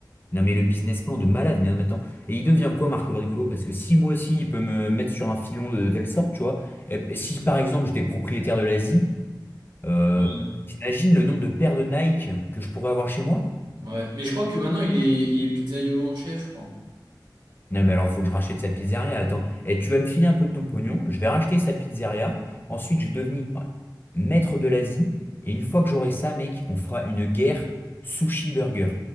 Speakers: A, on the left; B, on the right.
A: Non mais le business plan de malade, mais non mais attends. Et il devient quoi Marco le rigolo? Parce que si moi aussi il peut me mettre sur un filon de telle sorte, tu vois, et si par exemple j'étais propriétaire de l'Asie, euh,
B: Ouais.
A: t'imagines le nombre de paires de Nike que je pourrais avoir chez moi?
B: Ouais. Mais je crois que maintenant, il est, il est pizzaïolo en chef, je crois.
A: Non mais alors faut que je rachète sa pizzeria, attends. Et tu vas me filer un peu de ton pognon, je vais racheter sa pizzeria, ensuite je vais devenir maître de l'Asie, et une fois que j'aurai ça, mec, on fera une guerre sushi burger.